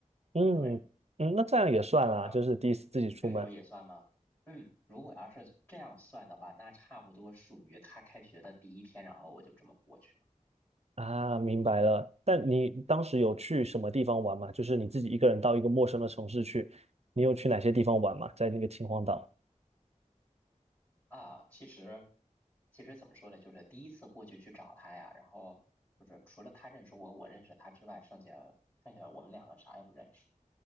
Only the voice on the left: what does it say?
对不对，
然后
这种也算吗？嗯，如果要是这样算的话，那差不多属于他开学的第一天，然后我就这么过去了
啊。其实，其实怎么说呢，就是第一次过去去找他呀，然后就是除了他认识我，我认识他之外，剩下剩下我们两个啥也不认识。